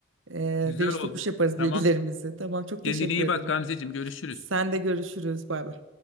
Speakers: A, on the right; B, on the left.
A: Ee,
B: Güzel
A: değiş
B: oldu.
A: tokuş yaparız
B: Tamam.
A: bilgilerimizi. Tamam çok
B: Kendine
A: teşekkür
B: iyi
A: ederim.
B: bak Gamzeciğim görüşürüz.
A: Sen de görüşürüz. Bay bay.